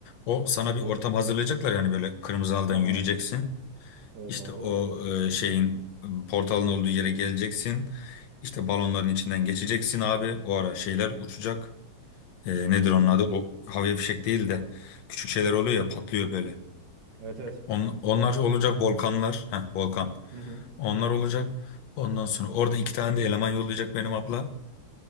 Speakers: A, on the left; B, on the right.
A: O sana
B: Okey.
A: bir ortam hazırlayacaklar yani böyle kırmızı halıdan
B: Ha
A: yürüyeceksin.
B: Evet
A: İşte
B: abi.
A: o e, şeyin e, portalın olduğu yere geleceksin. İşte balonların içinden geçeceksin abi. O ara şeyler uçacak. E, nedir
B: Hı
A: onun
B: hı.
A: adı? O havai fişek değil de küçük şeyler oluyor ya patlıyor böyle.
B: Evet evet.
A: On, onlar olacak volkanlar. Heh, volkan.
B: Hı hı.
A: Onlar olacak. Ondan sonra orada iki tane de eleman yollayacak benim abla.